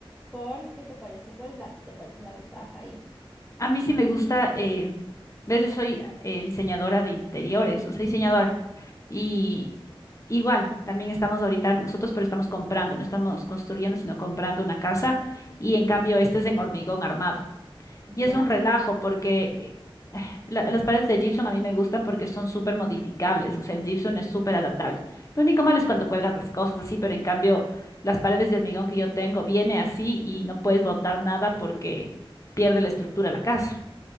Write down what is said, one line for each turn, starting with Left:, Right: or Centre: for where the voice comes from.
Centre: ¿por qué te parece? ¿Cuál es la, te parece la ventaja ahí?
Left: A mí sí me gusta, eh, ves, yo soy eh, diseñadora de interiores, o sea, diseñadora.
Centre: Ujú,
Left: Y igual, también estamos ahorita nosotros, pero estamos comprando, no estamos construyendo, sino comprando una casa. Y en cambio, este es en hormigón armado. Y
Centre: Ya.
Left: es un relajo porque <sighs> eh, la- las paredes de gypsum a mí me gustan porque son súper modificables, o sea, el gypsum es súper adaptable. Lo único malo es cuando cuelgas las cosas así, pero en cambio las paredes de hormigón que yo tengo viene así y no puedes botar nada porque pierde la estructura de la casa.